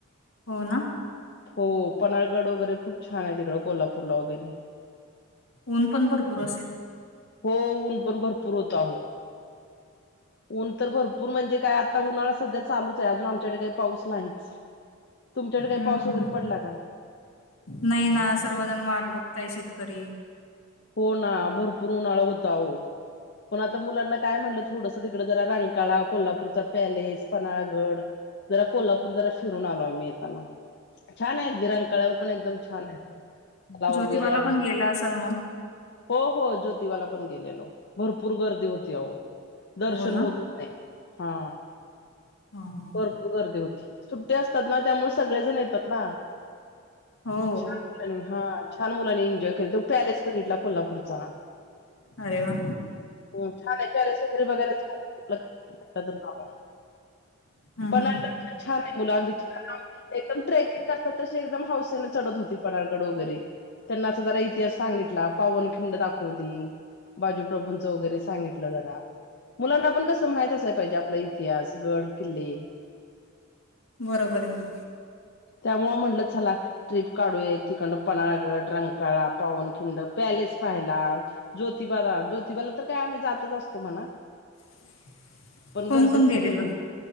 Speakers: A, on the left; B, on the left.
A: हो ना
B: हो पन्हाळगड वगैरे खूप छान आहे. तिकडं कोल्हापूरला वगैरे
A: ऊन पण भरपूर असे!
B: हो ऊन पण भरपूर होत. अहो ऊन तर भरपूर म्हणजे काय आता उन्हाळा सध्या चालूच आहे. अजून आमच्याकडे काही पाऊस नाहीच. तुमच्याकडे काही
A: हम्म
B: पाऊस वगैरे पडला का?
A: नाही. ना सर्वजण वाट बघताय शेतकरी
B: हो ना भरपूर उन्हाळा होता ओ. पण आता मुलांना काय म्हटलं थोडंसं तिकडं जरा रंकाळा कोल्हापूरचा पॅलेस, पन्हाळागड जरा कोल्हापूर जरा फिरून आलो आम्ही येताना, छान आहे आणि रंकाळ्यावर पण एकदम छान आहे. बाव
A: ज्योतिबाला
B: वगैरे
A: पण गेला असाल मग
B: हो हो ज्योतिबाला पण गेलेलो भरपूर गर्दी होती अहो. दर्शन
A: हो ना
B: होतच नाही हा.
A: हा, हा.
B: भरपूर गर्दी होती. सुट्टी असतात ना, त्यामुळे सगळेजण येतात ना.
A: हो
B: छान मुलांनी हा छान मुलांनी एन्जॉय केला, तो पॅलेस बघितला कोल्हापूरचा.
A: अरे वा!
B: हं छान आहे पॅलेस वगैरे बघायला छान आहे. <unintelligible>
A: हम्म, हम्म,
B: पन्हाळगड
A: हम्म.
B: पण छान आहे. मुलं अगदी एकदम ट्रेकिंग करतात तशी एकदम हौसेने चढत होती पन्हाळगड वगैरे. त्याना असं जरा इतिहास सांगितला, पावनखिंड दाखवली, बाजूप्रभूंचं वगैरे सांगितलं जरा. मुलांना पण कसं माहित असाय पाहिजे आपला इतिहास, गड, किल्ले.
A: बरोबर आहे ना.
B: त्यामुळे म्हंटलं चला ट्रीप काढू एक तिकडनं पन्हाळागड, रंकाळा पावन खिंड, पॅलेस पाहिला ज्योतिबा ज्योतिबाला तर काय आम्ही जातच असतो म्हणा.
A: <inaudible>
B: पण गर्दी
A: कोण
B: खूप
A: गेलेलं
B: होती,